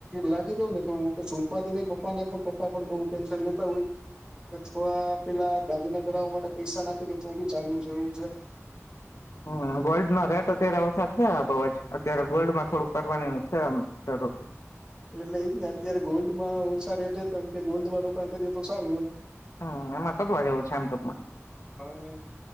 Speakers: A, on the right; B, on the left.
A: લાગી દઉં ને તો ક ઉપા ન પપ્પાને પણ પપ્પા પણ બ ટેન્શન લેતા હોય, કે થોડા પેલા દાદીને કરાવવા માટે પૈસા નાખી દ તો બી ચાલુ છે, એવું છે,
B: હમ્મ વોલ્ડ ના રેટ અત્યારે વરસા છે, બ જ અત્યારે ગોલ્ડ માં થોડુંક કરવાની છે, આમ જરૂર
A: એટલે એજ ને અત્યારે ગોલ્ડ માં ઓછા રેટ તો એમ કે ગોલ્ડમાં રોકાણ કરીએ, તો સારું એમ
B: હમ એમાં કરવા જેવું છે આમ ટૂંકમાં
A: હમ્મ